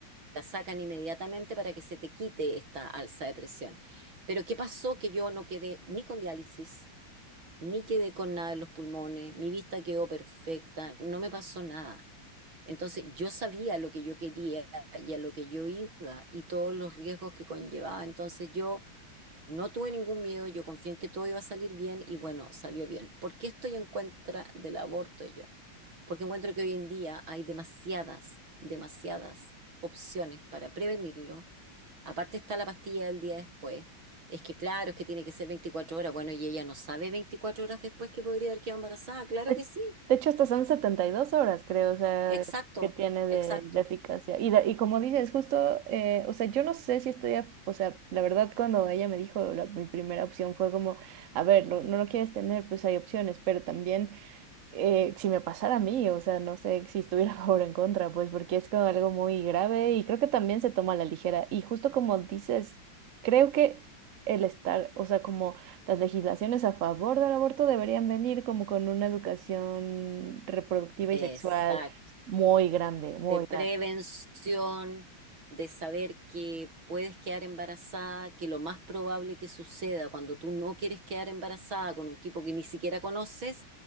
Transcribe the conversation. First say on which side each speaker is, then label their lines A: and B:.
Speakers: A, on the right; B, on the right.
A: la sacan inmediatamente para que se te quite esta alza de presión. Pero ¿qué pasó? Que yo no quedé ni con diálisis, ni quedé con nada en los pulmones, mi vista quedó perfecta, no me pasó nada. Entonces yo sabía lo que yo quería y a lo que yo iba y todos los riesgos que conllevaba. Entonces yo no tuve ningún miedo, yo confié en que todo iba a salir bien y bueno, salió bien. ¿Por qué estoy en contra del aborto yo? Porque encuentro que hoy en día hay demasiadas, demasiadas opciones para prevenirlo. Aparte está la pastilla del día después. Es que claro, es que tiene que ser 24 horas. Bueno, y ella no sabe 24 horas después que podría haber quedado embarazada. Claro
B: De,
A: que sí.
B: de hecho, hasta son 72 horas, creo, o sea,
A: Exacto,
B: que tiene de,
A: exacto.
B: de eficacia. Y, de- y como dices, justo, eh, o sea, yo no sé si estoy, a- o sea, la verdad, cuando ella me dijo, la- mi primera opción fue como, a ver, lo- no lo quieres tener, pues hay opciones, pero también eh, si me pasara a mí, o sea, no sé si estuviera <laughs> a favor o en contra, pues porque es como algo muy grave y creo que también se toma a la ligera. Y justo como dices, creo que el estar, o sea, como las legislaciones a favor del aborto deberían venir como con una educación reproductiva
A: Exacto.
B: y sexual muy grande, muy
A: de prevención,
B: grande.
A: de saber que puedes quedar embarazada, que lo más probable que suceda cuando tú no quieres quedar embarazada con un tipo que ni siquiera conoces